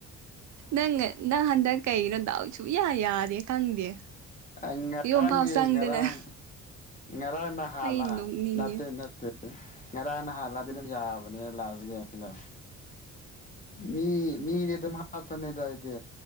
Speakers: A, on the right; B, on the left.
A: ꯅꯪꯉ ꯅꯪ ꯍꯥꯟꯅ ꯗꯛ ꯀꯩꯩꯒꯤꯅꯣ ꯗꯥꯎ ꯁꯨꯡꯌꯥ ꯌꯥꯗꯦ ꯈꯪꯗꯦ
B: ꯑ ꯉꯔꯥꯡꯒꯤ
A: ꯌꯨꯝꯐꯥꯎ ꯆꯪꯗꯅ
B: ꯉꯔꯥꯡ ꯉꯔꯥꯡ ꯅꯍꯥꯜꯂꯥ
A: ꯑꯩ ꯅꯣꯛꯅꯤꯡꯉꯦ
B: ꯅꯠꯇꯦ ꯅꯠꯇꯦ ꯉꯔꯥꯡ ꯅꯍꯥꯟꯂꯥꯗꯤ ꯑꯗꯨꯝ ꯌꯥꯕꯅꯦ ꯂꯥꯁꯒꯦꯝꯗꯣ ꯃꯤ ꯃꯤꯗꯤ ꯑꯗꯨꯝ ꯍꯥꯠꯄꯅꯦꯗ ꯑꯩꯗꯤ